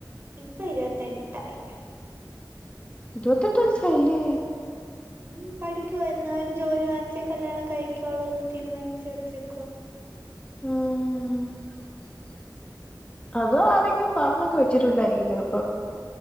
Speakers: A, on the right; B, on the left.
A: ഇപ്പൊ ഇരുപത്തെ എട്ടായി
B: ഇരുപത്തെട്ട് വയസ്സായില്ലേ
A: ഉം പഠിക്കുവായിരുന്ന അവർ ജോലി വാങ്ങി ഉച്ചേ കല്യാണം കഴിക്കുള്ളോ എന്ന് തീരുമാനിച്ചു വെച്ചേക്കോ
B: ആഹ അതോ ആരെങ്കിലും പറഞ്ഞൊക്കെ വെച്ചിട്ടുണ്ടായിരിക്കും ചിലപ്പോ